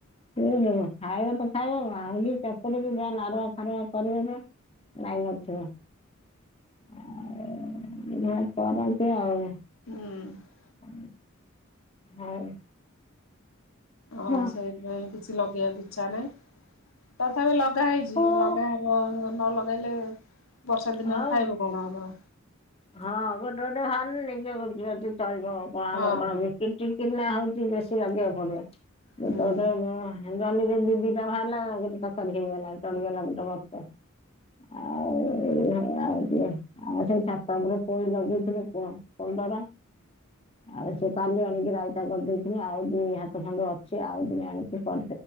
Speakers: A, on the left (about 30°); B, on the left (about 90°).
A: ଏ ଯିବ ଖାଇବ ତ ଖାଇବ ଭାଙ୍ଗି ଚକଟିକି ଯା଼ଆ ନାରମା ଫାରମା କରିବ ଯେ ନାଇଁ ନଥିବ ଆ ଏଇନା କରନ୍ତି ଆଉ।
B: ହୁଁ।
A: ଆଉ ହଉ।
B: ଅଁ
A: ହଉ
B: ସେଇଥିପାଇଁ କିଛି ଲଗେଇବାକୁ ଇଚ୍ଛା ନାହିଁ ତଥାପି ଲ ଲଗା ହେଇଚି
A: ହଁ
B: ଲଗାହବ ନ ଲଗେଇଲେ ବର୍ଷା ଦିନରେ
A: ହଁ
B: ଖାଇବୁ କଣ ଆମର?
A: ହଁ ଗୋଟେ ଗୋଟେ ହଲ୍ ନିଜ ଗୁଜୁରାଟି ଚଳିବ କଣ
B: ହଁ
A: ଆମର କଣ ବିକିର୍ ଟିକିର୍ ନା ଆ ହଉଚି ବେଶୀ ଲାଗିଆକୁ ପଡ଼ିବ
B: ହୁଁ
A: ଗୋଟେ ଗୋଟେ ମୁଁ ଜହ୍ନିରେ ଦି ଦିଟା ଭାରଲା ଗୋଟେ ତକାରୀ ହେଇଗଲା ଚଳିଗଲା ଗୋଟେ ବକ୍ତ। ଆଉ ଏଇ ହଳିଆ ହଉଚି ଆଉ ସେ ସା ତାପରେ ପୋଇ ଲଗେଇଥିଲେ କ କଲରା ଆଉ ସେ କାଲି ଆଣିକି ରାଇତା କରିଦେଇଥିନି ଆଉ ଦି ହାତ ଖଣ୍ଡେ ଅଛି ଆଉ ଦିନେ ଆଣିକି କ